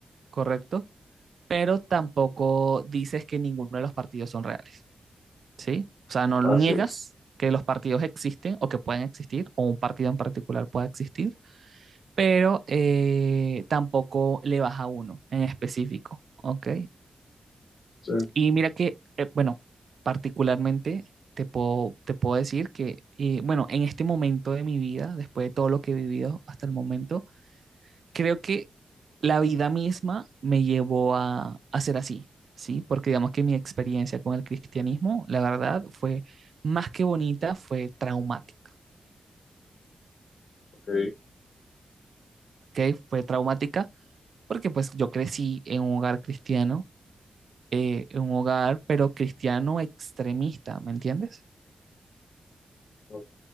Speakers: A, on the right; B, on the left.
A: ¿correcto? pero tampoco dices que ninguno de los partidos son reales, ¿sí? O sea, no
B: Así
A: niegas
B: es.
A: que los partidos existen o que pueden existir, o un partido en particular pueda existir, pero eh, tampoco le vas a uno en específico, ¿ok?
B: Sí,
A: Y mira que, eh, bueno, particularmente te puedo, te puedo decir que, eh, bueno, en este momento de mi vida, después de todo lo que he vivido hasta el momento, creo que la vida misma me llevó a, a ser así, ¿sí? Porque digamos que mi experiencia con el cristianismo, la verdad, fue más que bonita, fue traumática,
B: ok.
A: ¿ok? Fue traumática porque pues yo crecí en un hogar cristiano, eh, en un hogar, pero cristiano extremista, ¿me entiendes?
B: Ok,